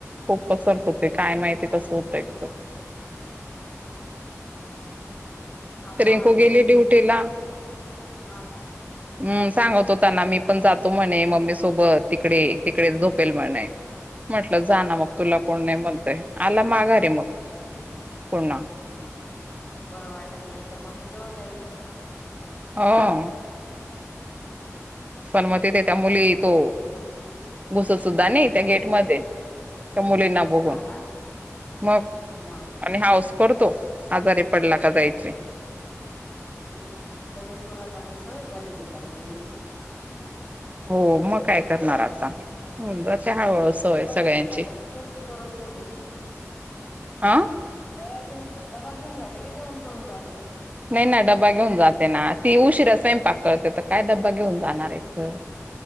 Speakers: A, on the right; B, on the left.
A: खूप पसरत ते काय माहिती कसं होतं एकत
B: आपला
A: रिंकू
B: हा
A: गेली ड्युटीला
B: हा ना
A: हम्म सांगत होता ना मी पण जातो म्हणे मम्मी सोबत. तिकडे, तिकडेच झोपेल म्हणे. म्हटलं जा ना मग तुला कोण नाही म्हणतय. आला माघारी मग. पुन्हा
B: हम्म बरं वाटत नाही तर मम्मी जवळ जायचं म्हणत होता.
A: हा
B: <unintelligible>
A: पण म तीथे त्या मुली तो घुसत सुद्धा
B: हम्म
A: नाही त्या गेट मध्ये. त्या मुलींना बघून
B: हा ना
A: मग
B: मग
A: आणि हाऊस करतो. आजारी पडला का जायचे.
B: त्या रिंकूला चांगली सवय झाली बयी त्या मुलींची.
A: हो मग काय करणार आता होऊन जाते हळुहळू सवय
B: डबा
A: सगळ्यांची.
B: करून घेते का?
A: अं
B: डबा घेऊन डबा घेऊन जाते का जेवण करून जाते.
A: नाही ना डबा घेऊन जाते ना. ती उशीरा स्वयंपाक करते तर काय डबा घेऊन जाणार एक तर